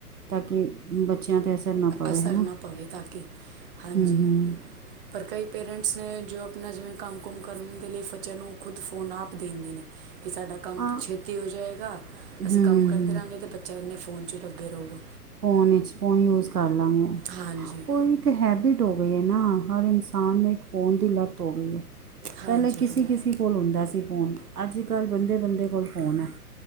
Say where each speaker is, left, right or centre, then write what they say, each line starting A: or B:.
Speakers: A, on the right; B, on the right.
A: ਤਾਂ ਕਿ ਬੱਚਿਆਂ ਤੇ ਅਸਰ ਨਾ ਪਵੇ
B: ਅਸਰ
A: ਹੈ
B: ਨਾ ਪਵੇ ਤਾਂ ਕਿ, ਹਾਂਜੀ।
A: ਹੂੰ ਹੂੰ
B: ਪਰ ਕਈ ਪੇਰੈਂਟਸ ਨੇ ਜੋ ਆਪ ਆਪਣਾ ਜਿਵੇਂ ਕੰਮ ਕੁਮ ਕਰਨ ਦੇ ਲਈ ਬੱਚਿਆਂ ਨੂੰ ਖੁਦ ਫੋਨ ਆਪ ਦੇਂਦੇ ਨੇ, ਬਈ ਸਾਡਾ ਕੰਮ
A: ਆ
B: ਛੇਤੀ ਹੋ ਜਾਏਗਾ,
A: ਹੂੰ
B: ਅਸੀਂ
A: ਹੂੰ
B: ਕੰਮ ਕਰਦੇ
A: ਹੂੰ
B: ਰਾਂਗੇ ਤੇ ਬਚਿਆਂ ਨੇ ਫ਼ੋਨ ਚ ਅੱਗੇ ਰਹੋਗੇ।
A: ਫੋਨ ਵਿਚ, ਫੋਨ ਯੂਜ ਕਰ ਲਾਂਗੇ।
B: ਹਾਂਜੀ।
A: ਉਹ ਇੱਕ ਹੈਬਿਟ ਹੋ ਗਈ ਹੈ ਨਾ ਹਰ ਇਨਸਾਨ ਨੂੰ ਇੱਕ ਫੋਨ ਦੀ ਲਤ ਹੋ ਗਈ ਹੈ।
B: ਹਾਂਜੀ
A: ਪਹਿਲੇ ਕਿਸੀ-ਕਿਸੀ
B: ਹਾਂਜੀ
A: ਕੋਲ ਹੁੰਦਾ ਸੀ ਫੋਨ ਅੱਜ ਕੱਲ ਬੰਦੇ-ਬੰਦੇ ਕੋਲ ਫੋਨ ਹੈ।